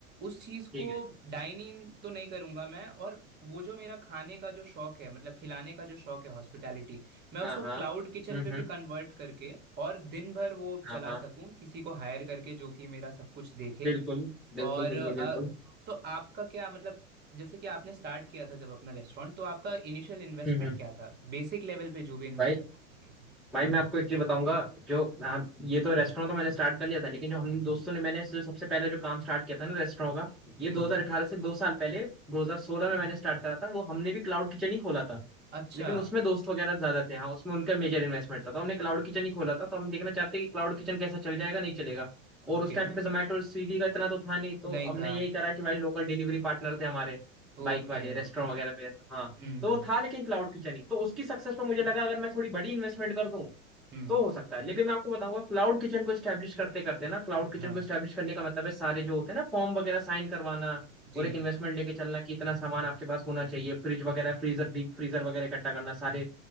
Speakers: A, on the right; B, in the centre.
A: उस चीज़
B: ठीक
A: को
B: है
A: डाइन इन तो नहीं करूंगा मैं और वो जो मेरा खाने का जो शौक है मतलब खिलाने का जो शौक है हॉस्पिटैलिटी मैं उसको
B: हाँ हाँ
A: क्लाउड किचन
B: हम्म
A: पे
B: हम्म
A: भी कन्वर्ट करके और दिन भर वो चला
B: हाँ हाँ
A: सकूं किसी को हायर करके जो कि मेरा सब कुछ देखे
B: बिल्कुल
A: और
B: बिल्कुल बिल्कुल
A: अ,
B: बिल्कुल
A: तो आपका क्या मतलब जैसे कि आपने स्टार्ट किया था जब अपना रेस्टोरेंट तो आपका इनिशियल इन्वेस्टमेंट
B: हम्म हम्म
A: क्या था बेसिक लेवल पे जो भी इन्वेस्टमेंट
B: भाई
A: आपने किया था
B: भाई मैं आपको एक चीज बताऊंगा जो हाँ, ये तो रेस्टोरेंट तो मैंने स्टार्ट कर लिया था लेकिन जो हम दोस्तों ने मैंने जो सबसे पहले जो काम स्टार्ट किया था ना रेस्टोरेंट का ये
A: Hmm
B: 2018
A: hmm.
B: से दो साल पहले 2016 में मैंने स्टार्ट करा था वो हमने भी क्लाउड किचन ही खोला था
A: अच्छा
B: लेकिन उसमें दोस्त वगैरह ज्यादा थे हाँ उसमें उनका मेजर इन्वेस्टमेंट था तो हमने क्लाउड किचन ही खोला था तो हम देखना चाहते हैं कि क्लाउड किचन कैसा चल जाएगा नहीं चलेगा
A: ओके
B: और उस टाइम पे जोमेटो और स्विगी का इतना तो था नहीं तो
A: नहीं
B: हमने
A: था
B: यही करा कि भाई लोकल डिलीवरी पार्टनर थे हमारे बाइक
A: Okay
B: वाले रेस्टोरेंट
A: okay
B: वगैरह पे तो हाँ
A: हम्म
B: तो
A: हम्म
B: वो था लेकिन क्लाउड किचन ही तो उसकी सक्सेस पर मुझे लगा अगर मैं थोड़ी बड़ी इन्वेस्टमेंट कर दूं
A: हम्म
B: तो हो सकता है लेकिन मैं आपको बताऊंगा क्लाउड किचन को स्टैब्लिश करते करते ना क्लाउड किचन
A: हाँ
B: को स्टैब्लिश करने का मतलब है सारे जो होते हैं ना फॉर्म वगैरह साइन करवाना
A: जी
B: और एक इन्वेस्टमेंट लेके चलना कि इतना सामान आपके पास होना चाहिए फ्रिज वगैरह फ्रीजर डीप फ्रीजर वगैरह इकट्ठा करना सारे